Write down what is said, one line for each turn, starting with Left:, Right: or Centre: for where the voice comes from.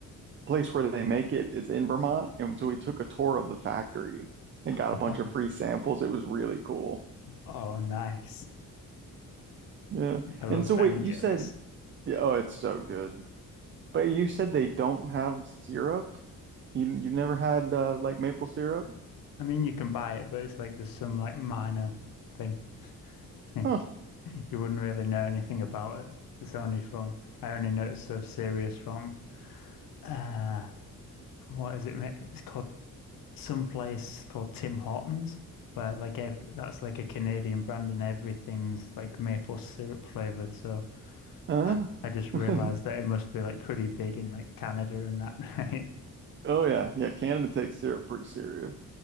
Right: place where they make it is in Vermont, and so we took a tour of the factory and got
Left: <laughs>
Right: a bunch of free samples. It was really cool.
Left: Oh, nice!
Right: Yeah.
Left: I love
Right: And so
Left: Ben&
Right: wait,
Left: and
Right: you
Left: Jerry's.
Right: said, yeah, oh, it's so good. But you said they don't have syrup. You you never had uh, like maple syrup?
Left: I mean, you can buy it, but it's like just some like minor thing. Like
Right: Huh.
Left: you wouldn't really know anything about it. It's only from I only know it's so serious from uh from what is it? ma- It's called some place called Tim Hortons, where like every that's like a Canadian brand and everything's like maple syrup flavored. So
Right: Huh?
Left: <laughs> I just realized
Right: <laughs>
Left: that it must be like pretty big in like Canada and that. <laughs> right?
Right: Oh yeah, yeah. Canada takes syrup pretty serious.